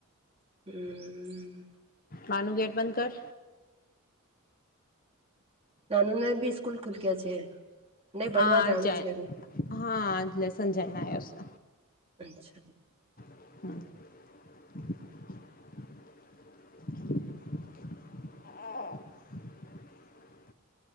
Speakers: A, on the right; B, on the left.
A: <inaudible>
B: માનું ગેટ બંધ કર.
A: નાનુ ને બી સ્કૂલ ખુલ ગયા છે. નહી ભણવા
B: આજાય
A: જાણું છે હવે
B: હા લેસંજયને આવ્યો છે.
A: અચછ.
B: <inaudible> <inaudible>